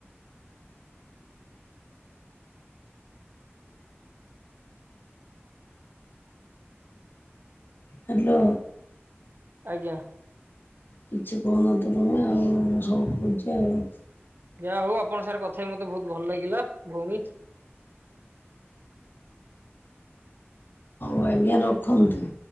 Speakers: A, on the left (about 50°); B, on the right (about 50°).
A: ହ୍ୟାଲୋ
B: ଆଜ୍ଞା
A: କିଛି କହୁନାହା ତ ତମେ ଆଉ ମୁଁ ସବୁ କହୁଛି ଆଉ।
B: ଯା ହଉ ଆପଣ ସାର୍ କଥା ହ ମତେ ବହୁତ ଭଲ ଲାଗିଲା ଭଉଣୀ।
A: ହଉ ଆଜ୍ଞା ରଖନ୍ତୁ।